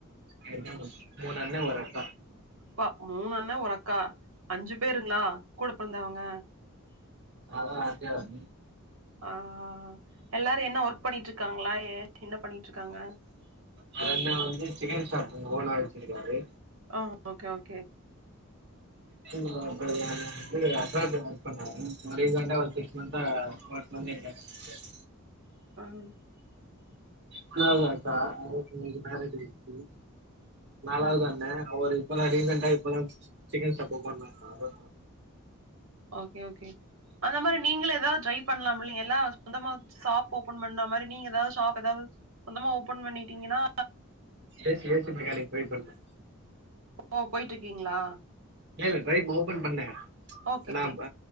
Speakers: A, on the right (about 55°); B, on the right (about 75°).
A: இருக்காங்க மூண் அண்ண ஒரு அக்கா
B: பா மூண் அண்ண ஒரு அக்கா அஞ்சு பேருங்ளா கூட பெறந்தவங்க
A: அ நா தா அஞ்சரம்
B: ஆ எல்லாரு என்ன ஒர்க் பண்ணிட்ருக்காங்ளா என்ன பண்ணிட்ருக்காங்க
A: அர அண்ண வந்து சிக்கன் ஷாப்பு ஓனா வச்சுருக்காரு
B: அ okay okay
A: two wheeler <unintelligible> advance book பண்ணாரு ரீசண்டா சிக்ஸ் மந்த்தா ஒர்க் பண்ணியிருக்க <inaudible>
B: ம்
A: மூணாவ்து அக்கா அவுளுக்கு மேரேஜ் ஆய்ச்சு நாலாவ்து
B: ஓகே,
A: அண்ணே அவரு இப்ப தா ரீசன்டா இப்ப தா சிக்கன் ஷாப் ஓப்பன் பண்ண <inaudible>
B: ஓகே ஓகே அந்த மாரி நீங்களு எதாவ்து ட்ரை பண்லாம்ல எல்லா சொந்தமா ஷாப் ஓப்பன் பண்ண மாரி நீங்க எதாவ்து ஷாப் எதாவ்து சொந்தமா ஓப்பன் பண்ணிட்டீங்கன்னா
A: A C A C mechanic try பண்ணு
B: ஓ போயிட்டு இருக்கீங்களா
A: இல்ல இ ரைப் ஓப்பன் பண்ணே
B: ஓகே
A: நாம்ப